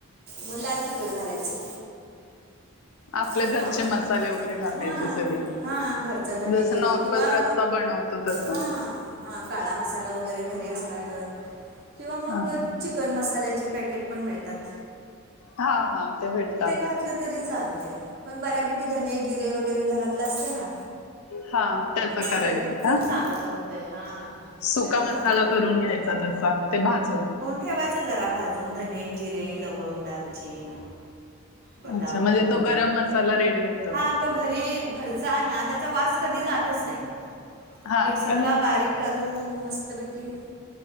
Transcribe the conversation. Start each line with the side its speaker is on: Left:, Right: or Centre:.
Right: मग लाल त. कड घालायचं.
Left: आपल्या
Right: तो
Left: घरचे
Right: तांबडा
Left: मसाले वगैरे टाकायचे
Right: हा
Left: सगळे.
Right: हा घरचा धने
Left: जसं
Right: जिरे
Left: नॉर्मल
Right: किंवा
Left: रस्सा बनवतो तसं.
Right: हा हा काळा मसाला वगैरे घरी असला तर किंवा मग
Left: हा हा
Right: चिकन मसाल्याचे पॅकेट पण मिळतात.
Left: हा हा ते भेट.
Right: ते घातलं तरी चालते पण बऱ्यापैकी धने जिरे वगैरे घरातलं असते ना.
Left: हा त्याच करायचं
Right: त्याचं
Left: का?
Right: चांगलं होतंय हा
Left: सुका
Right: त्याचं
Left: मसाला
Right: चांगलं
Left: करून घ्यायचा तसा ते भाजून.
Right: ठेवायच जरा भाजून धने जिरे लवंग दालचीन. बदाम
Left: अच्छा म्हणजे
Right: फूल
Left: तो गरम मसाला रेडी होतो.
Right: हा तो घरी घरचा ना त्याचा वास कधी जातच नाही.
Left: हा
Right: मिक्सरला
Left: का
Right: बारीक करून मस्तपैकी.